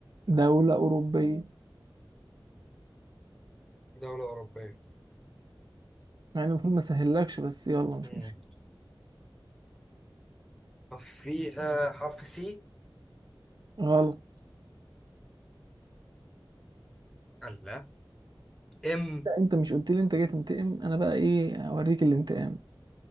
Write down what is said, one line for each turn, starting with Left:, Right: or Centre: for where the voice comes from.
Right: دولة أوروبية
Centre: دولة أوروبية
Right: يعني المفروض ما سهلكش بس يلا مش
Centre: مم.
Right: مشكلة
Centre: طب فيها حرف سي
Right: غلط
Centre: لا ام
Right: لا أنت مش قلت لي أنت جاي تنتقم أنا بقى إيه أوريك الانتقام